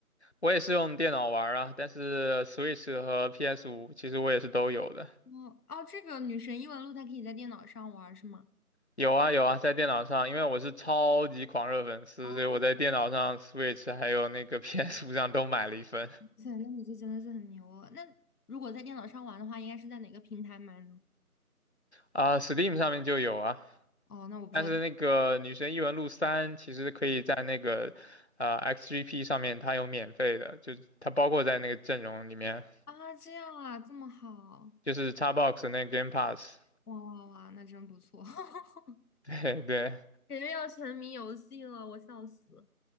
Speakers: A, on the left (about 50°); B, on the left (about 80°).
A: 我也是用电脑玩啊，但是 Switch 和 p s 五其实我也是都有的。
B: 哦哦，这个女神异闻录它可以在电脑上玩是吗？
A: 有啊有啊，在电脑上，因为我是超级狂热粉丝，
B: 哦
A: 所以我在电脑上 Switch 还有那个 <laughs> p s 五上都买了一份
B: 塞，那你就真的是很牛了。那如果在电脑上玩的话，应该是在哪个平台买呢？
A: 啊，Steam 上面就有啊。
B: 哦，那我不知道
A: 但是那个《女神异闻录三》其实可以在那个呃 XGP 上面，它有免费的，就它包括在那个阵容里面，
B: 啊，这样啊，这么好，
A: 就是 Xbox 的那个 Game Pass。
B: 哇哇哇，那真不错，<laughs> 哈哈，
A: <laughs> 对对，
B: 感觉要沉迷游戏了，我笑死。